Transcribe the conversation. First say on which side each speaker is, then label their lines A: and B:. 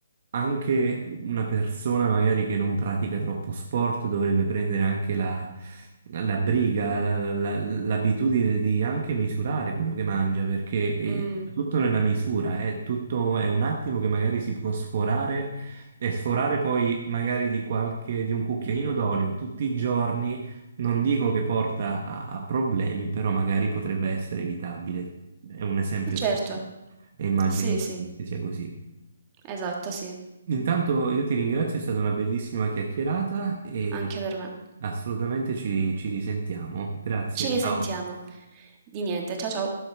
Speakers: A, on the right (about 45°); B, on the right (about 20°).
A: anche una persona magari che non pratica troppo sport dovrebbe prendere anche la, la briga, la- la- l'abitudine di anche misurare quello che mangia, perché è
B: Mh,
A: tutto nella misura, è tutto è un attimo che magari si può sforare e sforare poi magari di qualche, di un cucchiaino d'olio tutti i giorni non dico che porta a, a problemi, però magari potrebbe essere evitabile. È un esempio
B: certo.
A: stupido e immagino
B: Sì, sì,
A: che sia così.
B: esatto, sì.
A: Intanto io ti ringrazio, è stata una bellissima chiacchierata e
B: Anche per me.
A: assolutamente ci ci risentiamo. Grazie,
B: Ci risentiamo.
A: ciao.
B: Di niente, ciao ciao.